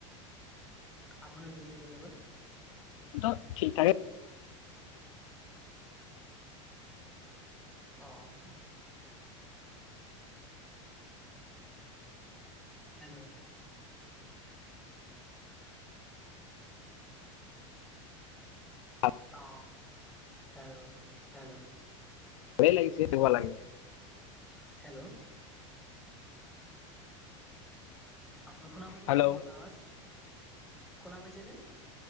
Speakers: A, in the centre; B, on the left (about 85°).
A: আপোনাৰ দিনটো কেনে গ'ল?
B: টো ঠিক-ঠাকে।
A: অঁ! হেল্ল'!
B: ভালেই
A: অঁ হেল্ল'-হেল্ল'!
B: ভয়েই লাগিছে এনেকুৱা লাগে।
A: হেল্ল'! আপুনি শুনা পাইছেনে?
B: হেল্ল'
A: মোৰ আৱাজ শুনা পাইছেনে?